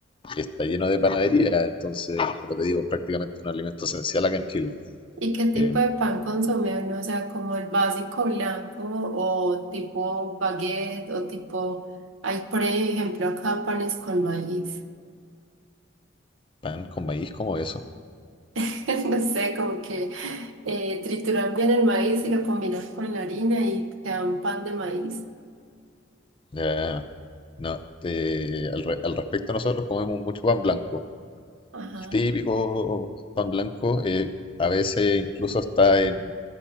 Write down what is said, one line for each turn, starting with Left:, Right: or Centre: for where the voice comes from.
Left: y está lleno de panadería, entonces, como te digo, prácticamente un alimento esencial acá en Chile.
Right: ¿Y qué tipo
Left: Em,
Right: de pan consume uno? O sea, como el básico blanco o tipo baguette o tipo... Hay, por ejemplo, acá panes con maíz.
Left: pan con maíz como eso.
Right: <laughs> No sé, como que eh, trituran bien el maíz y lo combinan con la harina y te dan pan de maíz.
Left: Ya, no, te- al, re- al respecto nosotros comemos mucho pan blanco.
Right: Ajá.
Left: El típico pan blanco eh, a veces incluso está en,